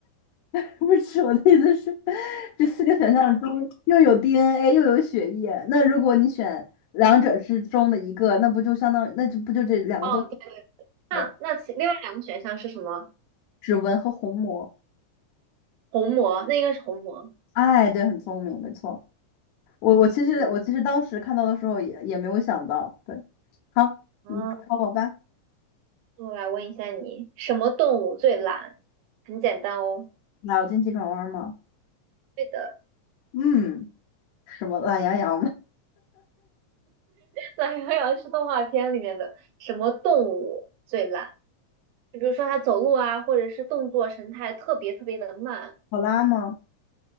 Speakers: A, on the left; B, on the right.
A: <laughs> 不是我的意思是，这四个选项中又有 DNA 又有血液，那如果你选两者之中的一个，那不就相当于那就不就这两个都
B: 哦，对，那那其另外两个选项是什么？
A: 对，指纹和虹膜。
B: 虹膜，那应该是虹膜。
A: 哎，对，很聪明，没错。我我其实我其实当时看到的时候也也没有想到，
B: 嗯，
A: 对，好，
B: 啊，
A: 你考我吧，
B: 我来问一下你，什么动物最懒？很简单哦，
A: 脑筋急转弯吗？
B: 对的，
A: 嗯，什么懒羊羊吗？
B: 懒羊羊是动画片里面的什么动物最懒？就比如说它走路啊，或者是动作神态特别特别的慢。
A: 考拉吗？